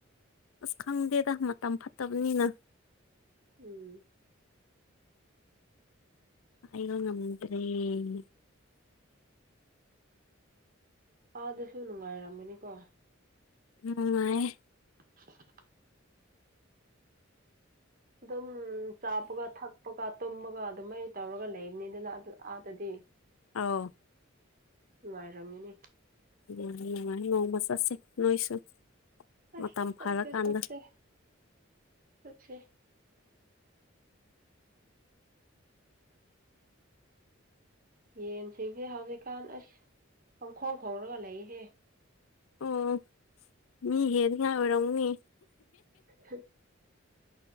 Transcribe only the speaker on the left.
ꯑꯁ ꯈꯪꯗꯦꯗ ꯃꯇꯝ ꯐꯠꯇꯕꯅꯤꯅ
ꯑꯣ ꯉꯗ꯭ꯔꯔꯤ
ꯅꯨꯉꯥꯏꯌꯦ
ꯑꯑꯧ
ꯌꯥꯥꯏ ꯅꯣꯡꯃꯥ ꯆꯠꯁꯤ ꯅꯣꯏꯁꯨ
ꯃꯇꯝ ꯐꯔꯀꯥꯟꯗ
ꯑꯣ ꯃꯤ ꯍꯦꯅꯤꯡ ꯉꯥꯏ ꯑꯣꯏꯔꯝꯅꯤ